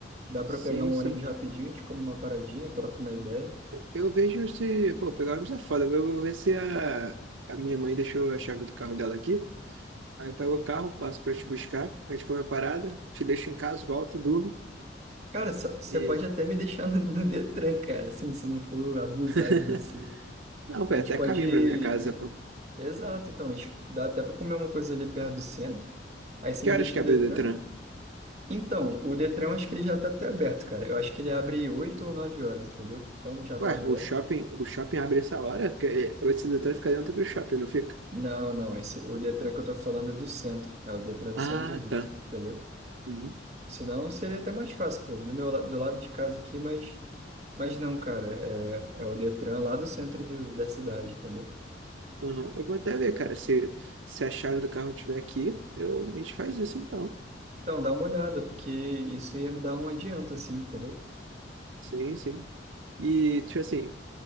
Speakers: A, on the right (about 35°); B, on the right (about 85°).
A: dá pra
B: Sim,
A: pegar um
B: sim.
A: ônibus rapidinho, a gente come uma paradinha, troca uma ideia.
B: Eu, eu vejo se. Pô, pegar ônibus é foda. Eu vou ver se a, a minha mãe deixou a chave do carro dela aqui. Aí eu pego o carro, passo pra te buscar. A gente come a parada, te deixo em casa, volto, durmo.
A: Cara, só- você
B: E.
A: pode até me deixar no, no Detran, cara, assim, se não for abusar
B: <laughs>
A: de você.
B: Não, pô,
A: A
B: é
A: gente
B: até
A: pode.
B: caminho pra minha casa, pô.
A: Exato, então, a gente dá até pra comer uma coisa ali perto do centro. Aí você
B: Que
A: me
B: horas
A: deixa
B: que
A: no
B: abre
A: Detran.
B: o Detran?
A: Então, o Detran eu acho que ele já tá até aberto, cara. Eu acho que ele abre 8 ou 9 horas, entendeu? Então já tá
B: Ué,
A: aberto.
B: o shopping, o shopping abre essa hora? Que- O sedutor fica dentro do shopping, não fica?
A: Não, não, esse, o Detran que eu tô falando é do centro. É o Detran do
B: Ah,
A: centro do Rio,
B: tá.
A: entendeu?
B: Uhum.
A: Senão seria até mais fácil, pô, do meu, la- do lado de casa aqui, mas. Mas não, cara, é, é o Detran lá do centro do- da cidade, entendeu?
B: Uhum. Eu vou até ver, cara. Se, se a chave do carro tiver aqui, eu, a gente faz isso então.
A: Então, dá uma olhada, porque isso ia me dar um adianto, assim, entendeu?
B: Sim, sim. E, tipo assim,